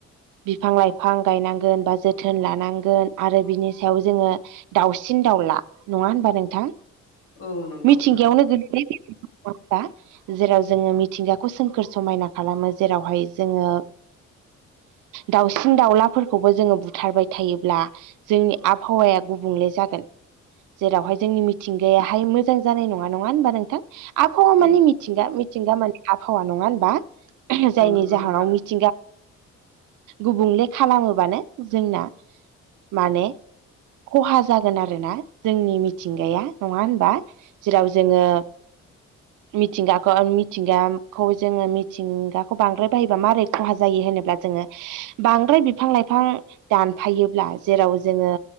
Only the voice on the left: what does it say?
औ नंगौ
नोंथां
औ
नंगौ
नोंथां